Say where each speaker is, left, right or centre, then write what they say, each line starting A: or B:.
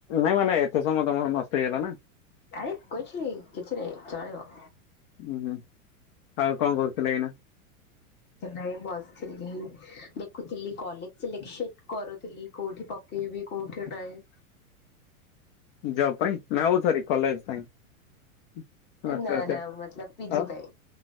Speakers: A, on the left; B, on the left.
A: ନାଇଁ ମାନେ ଏତେ ସମୟ ତମର ନଷ୍ଟ ହେଇଗଲା ନା।
B: ଆରେ <unintelligible> କିଛି ନାହି ଚଳିବ।
A: ଉୁଁ ହୁଁ। ଆଉ କଣ କରୁଥିଲେ ଏଇନା?
B: ନାଇଁ ବସିଥିଲି ଦେଖୁଥିଲି କଲେଜ ସିଲେକ୍ସନ କରୁଥିଲି କୋଉଠି ପ କେଇବି କୋଉଠି ଗୋଟାଏ?
A: ଯବ୍ ପାଇଁ ନା ଆଉଥରେ କଲେଜ ପାଇଁ ଆଚ୍ଛା
B: ନା
A: ଆଚ୍ଛା
B: ନା ମତଲବ ପିଜି
A: ଆଉ
B: ପାଇଁ